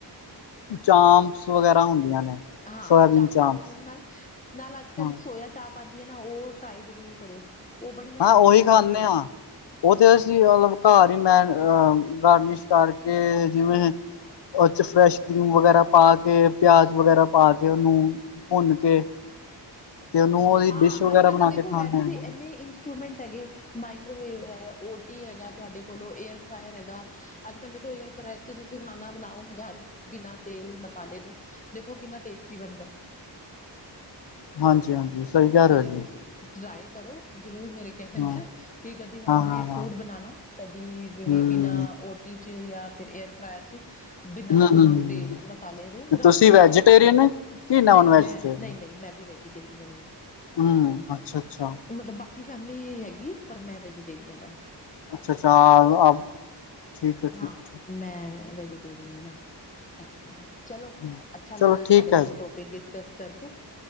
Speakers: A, on the left (about 75°); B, on the left (about 20°).
A: ਚਾਪ ਸ ਵਗੈਰਾ ਹੁੰਦੀਆਂ ਨੇ
B: ਹਾਂ
A: ਸੋਇਆਬੀਨ
B: ਚਾਪਾਂ
A: ਚਾਂਪਸ
B: ਹੋ ਗਈਆਂ ਨਾਲ ਨਾਲ ਅੱਜ ਕੱਲ੍ਹ
A: ਹਾਂ
B: ਸੋਇਆ ਚਾਪ ਪਦੀ ਹੈ ਨਾ ਉਹ ਟਾਈ ਜ਼ਰੂਰ ਕਰੋ ਉਹ ਬੜੀ ਹੈਲਦੀ
A: ਹਾਂ ਉਹੀ
B: ਬਣਦੀ
A: ਖਾਂਦੇ
B: ਹੈਗੀ
A: ਹਾਂ। ਉਹ ਤੇ ਅਸੀਂ ਮਤਲਬ ਘਰ ਹੀ ਮੈਂ ਅਹ ਗਾਰਨਿਸ਼ ਕਰਕੇ ਜਿਵੇਂ ਉਹ ਚ ਫਰੈਸ਼ ਕਰੀਮ ਵਗੈਰਾ ਪਾ ਕੇ ਪਿਆਜ ਵਗੈਰਾ ਪਾ ਕੇ ਉਹਨੂੰ ਭੁੰਨ ਕੇ ਤੇ ਉਹਨੂੰ ਉਹਦੀ
B: ਹਾਂ
A: ਡਿਸ਼ ਵਗੈਰਾ
B: ਅੱਜ ਕੱਲ੍ਹ
A: ਬਣਾ
B: ਤਾਂ ਦੇਖੋ
A: ਕੇ ਖਾਂਦੇ
B: ਵੈਸੇ
A: ਹਾਂ
B: ਵੀ ਇੰਨੇ ਇੰਚ ਇੰਸਟਰੂਮੈਂਟ ਹੈਗੇ ਮਾਈਕਰੋਵੇਵ ਹੈ ਓ ਟੀ ਹੈਗਾ ਤੁਹਾਡੇ ਕੋਲੋਂ ਏਅਰ ਫਰਾਾਇਰ ਹੈਗਾ ਅੱਜ ਕੱਲ੍ਹ ਦੇ ਕੋਈ ਹੇਅਰ ਫਰਾਈ ਚ ਤੁਸੀਂ ਖਾਣਾ ਬਣਾਓ ਘਰ ਬਿਨਾਂ ਤੇਲ ਮਸਾਲੇ ਦੇ ਦੇਖੋ ਕਿੰਨਾ ਟੇਸਟੀ ਬਣਦਾ
A: ਹਾਂਜੀ ਹਾਂਜੀ ਸਹੀ ਕਹਿ
B: ਕਦੀ
A: ਰਹੇ ਹੋ ਜੀ।
B: ਤੁਸੀਂ ਟਰਾਈ ਕਰੋ ਜ਼ਰੂਰ ਮੇਰੇ ਕਹਿਣ
A: ਹਾਂ
B: ਚ ਕਿ ਕਦੇ ਹੋਮਮੇਡ
A: ਹਾਂ ਹਾਂ ਹਾਂ
B: ਫੂਡ ਬਣਾਣਾ ਕਦੀ ਜਿਵੇਂ
A: ਹੂੰ
B: ਬਿਨਾਂ ਟੀ ਚ ਜਾਂ ਫਿਰ ਅਰਫਰਾਾਇਰ 'ਚ ਬਿਨਾਂ
A: ਹੂੰ ਹੂੰ
B: ਤੇਲ ਮਸਾਲੇ ਦੇ
A: ਤੁਸੀਂ
B: ਘੱਟ ਲੱਗਦਾ
A: ਵੈਜੀਟੇਰੀਅਨ
B: ਹੈਗਾ
A: ਕਿ ਨੋਨ
B: ਨਹੀਂ
A: ਵੈਜੀਟੇਰੀਅਨ
B: ਮੈਂ ਨਹੀਂ ਨਹੀਂ ਮੈਂ ਵੀ ਵੇਜ ਡੇਰੀਆਂ ਨਹੀ
A: ਹੂੰ ਅੱਛਾ ਅੱਛਾ
B: ਮਤਲਬ ਬਾਕੀ ਫੈਮਿਲੀ ਹੈਗੀ ਪਰ ਮੈਂ ਵੈਜੀਟੇਰੀਅਨ ਹਾਂ
A: <unintelligible> ਠੀਕ ਹੈ
B: ਹਾਂ
A: ਠੀਕ ਹੈ
B: ਮੈਂ ਵੈਜੀਟੇਰੀਅਨ ਆਂ <unintelligible> ਚਲੋ
A: ਠੀਕ
B: ਅੱਛਾ
A: ਚਲੋ
B: ਲੱਗਾ
A: ਠੀਕ
B: ਤੁਹਾਡੇ
A: ਹੈ
B: ਨਾਲ
A: ਜੀ
B: ਟੋਪਿਕ ਡਿਸਕਸ ਕਰਕੇ